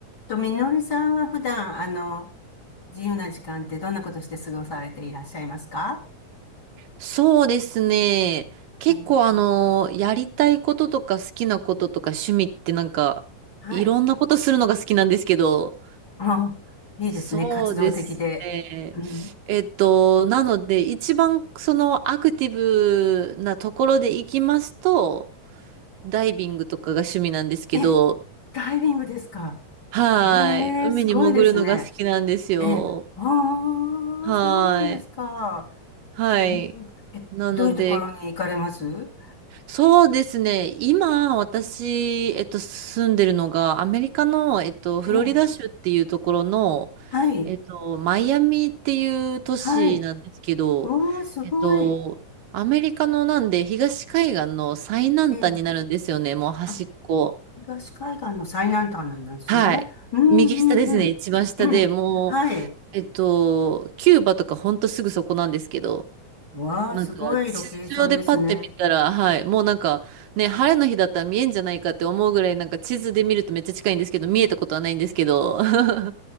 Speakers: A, on the left; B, on the right.
A: と、みのりさんは普段、あの、自由な時間ってどんなことして過ごされていらっしゃいますか
B: そうですね。結構あの、
A: え、
B: やりたいこととか好きなこととか趣味ってなんか、
A: はい。
B: いろんなことするのが好きなんですけど、
A: あ、いいですね。
B: そうですね。
A: 活動的で。うん。
B: えっと、なので、一番そのアクティブなところで行きますと、ダイビングとかが趣味なんですけど、
A: え、ダイビングですか
B: はい。
A: へ
B: 海に潜るのが好きなんですよ。
A: え、すごいですね。え、あ
B: はい。
A: あ、そうなんですか。
B: はい。
A: うん。え、
B: なので、
A: どういうところに行かれます
B: そうですね。今、私、えっと、住んでるのが、アメリカの、えっと、フロリダ州っていうところの、
A: ええ、はい。
B: えっと、マイアミっていう都市なんですけど、
A: はい。おー、すごい。
B: えっと、アメリカのなんで、東海岸の最南端になるんですよね。
A: ええ、
B: もう端っこ。
A: あ。東海岸の最南端なんですね。
B: はい。
A: うんうんうん。
B: 右下ですね。一番下で、
A: うん
B: もう、
A: <clears throat> はい。
B: えっと、キューバとかほんとすぐそこなんですけど、
A: わあ、
B: なんか、
A: すごいロケーションですね。
B: 地上でパッて見たら、はい、もうなんか、ね、晴れの日だったら見えんじゃないかって思うぐらい、なんか地図で見るとめっちゃ近いんですけど、見えたことはないんですけど。<laughs>